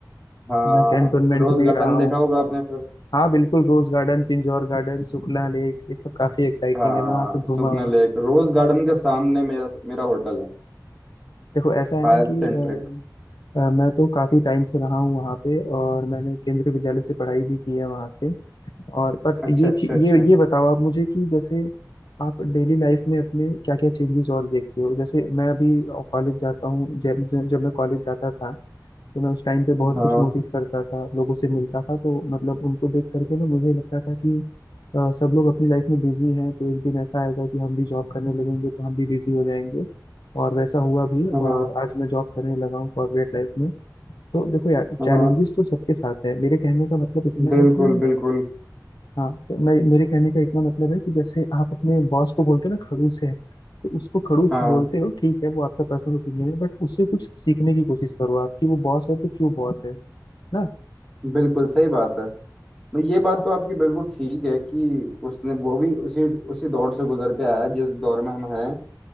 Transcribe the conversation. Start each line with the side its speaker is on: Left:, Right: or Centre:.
Centre: हाँ
Left: मैं कैंटोनमेंट
Centre: रोज
Left: में
Centre: गार्डन
Left: ही रहा हूँ
Centre: देखा होगा आपने फिर
Left: हाँ बिल्कुल rose garden Pinjore garden Sukhna lake ये सब काफी एक्साइटिंग
Centre: हाँ
Left: है मैं वहाँ पे
Centre: सुगना
Left: घूमा हूँ
Centre: लेक रोज गार्डन के सामने मेरा मेरा होटल है
Left: देखो ऐसा है
Centre: Hyatt
Left: ना कि
Centre: Centric
Left: अ, मैं तो काफ़ी टाइम से रहा हूँ वहाँ पे और मैंने केंद्रीय विद्यालय से पढ़ाई भी की है वहाँ से और बट
Centre: अच्छा
Left: ये
Centre: अच्छा
Left: ची-
Centre: अच्छा
Left: ये ये बताओ आप मुझे कि जैसे आप डेली लाइफ में अपने क्या क्या चेंजेस और देखते हो जैसे मैं अभी कॉलेज जाता हूँ जब जब मैं कॉलेज जाता था तो मैं उस टाइम पे बहुत
Centre: हाँ
Left: कुछ नोटिस करता था लोगों से मिलता था तो मतलब उनको देख करके ना मुझे लगता था कि अ, सब लोग अपनी लाइफ में बिजी हैं तो एक दिन ऐसा आएगा कि हम भी जॉब करने लगेंगे तो हम भी बिजी हो जाएंगे और वैसा हुआ भी
Centre: हाँ
Left: और आज मैं जॉब करने लगा हूँ कॉर्पोरेट लाइफ में तो देखो यार
Centre: हाँ
Left: चैलेंजेस तो सबके साथ है मेरे कहने का मतलब इतना
Centre: बिल्कुल
Left: है कि
Centre: बिल्कुल
Left: हाँ तो मैं मेरे कहने का इतना मतलब है कि जैसे आप अपने बॉस को बोलते हो ना खड़ूस है तो उसको खड़ूस
Centre: हाँ
Left: बोलते हो ठीक है वो आपका पर्सनल ओपिनियन है बट उससे कुछ सीखने की कोशिश करो आप कि वो बॉस है तो क्यों बॉस है ना
Centre: बिल्कुल सही बात है मैं ये बात
Left: हाँ
Centre: तो आपकी बिल्कुल ठीक है कि उसने वो भी उसी उसी दौर से गुजर के आया है जिस दौर में हम हैं